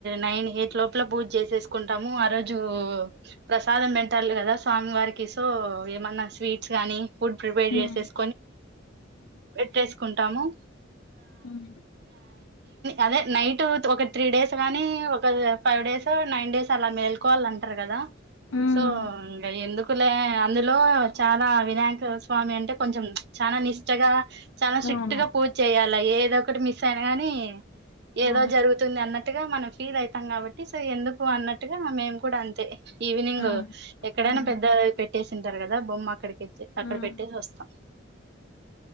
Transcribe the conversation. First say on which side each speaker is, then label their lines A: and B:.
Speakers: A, on the right; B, on the left.
A: నైన్ ఎయిట్ లోపల పూజు చేసేసుకుంటాము ఆ రోజు ప్రసాదం పెంటాలి కదా స్వామి వారికి కి సో ఏమన్నా స్వీట్స్ గానీ ఫుడ్ ప్రిపేర్
B: ఉమ్
A: చేసస్ పెట్టేసుకుంటాము
B: ఉమ్
A: అదే నైట్ ఒక త్రి డేస్ కానీ ఫైవ్ డేస్ నైన్ డేస్ అలా మేల్కోవాలి అంటారు కదా
B: ఉమ్
A: సోం ఎందుకులే అందులో చాలా వినాయక స్వామి అంటే కొంచం చాలా నిష్టగా చాలా స్ట్రిక్ట్
B: అవును
A: గా పూజ చేయ్యాల ఏదో ఒకటి మిస్ అయిన గాని ఏదో
B: ఆ
A: జరుగుతుంది అన్నట్ అట్గా మనం ఫీల్ అవుతాం కాబట్టి సో ఎందుకు అన్నట్టుగా మేము కూడా అంతే ఈవినింగ్
B: ఉమ్
A: ఎక్కడైనా
B: ఉమ్
A: పెద్ద పెట్ పెట్టేసి ఉంటారు కదా బొమ్మ అక్కడికి వెళితే అక్కడ
B: ఉమ్
A: పెట్టేసి వస్తా